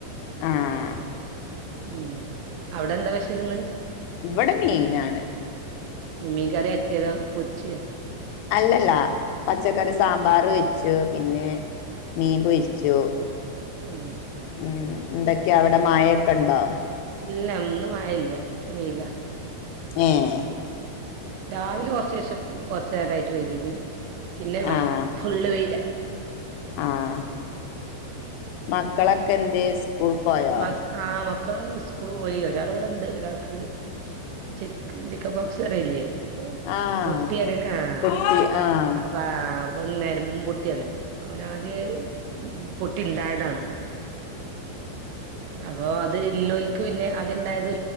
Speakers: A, on the left (about 90°); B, on the right (about 80°).
A: ആഹ
B: ഉം അവിടെ എന്താ വിശീൽന്ന്
A: ഇവിടെ മെയിൻാണ്
B: മികറ എെത പച്ച
A: അല്ലല്ല പച്ചക്കറി സാമ്പാർ വെച്ചു പിന്നെ മീൻ പോൊയിച്ചു
B: ഉം
A: ഉം എന്തൊക്കെയ അവിടെ മായയൊക്കെ ഉണ്ടോ
B: ഇല്ല ഒന്നും വല്ല വയില
A: ആഹ
B: രാവിലെ കൊറച്ച ശേഷം കൊറച്ച നേരം ആയിട്ട് വൈതിീന് പിന്നെ മ
A: ആഹ്
B: ഫുള്ള് വെയില
A: ആഹ് മക്കളൊക്കെ എന്ത സ്കൂള് പോയോ
B: മ ആഹ് മക്കള് സ്കൂള് പോയി ഒരാൾ ഇവിടെണ്ട് ഒരാൾക്ക് ച ചിക്കൻ ബോക്സ് അറിയില്ലേ
A: ആഹ്
B: പൊട്ടിയറിന ആഹ
A: കുട്ടി ആഹ്
B: അപ്പ അപ്പൊ നരമ്പും പൊട്ടിയാണ് അവന ആദ്യ പൊട്ടി ഉണ്ടായതാണ് അപ്പൊ അത് ഇല്ലോൽക്ക് പിന്നെ ആദ്യം ഉണ്ടായത്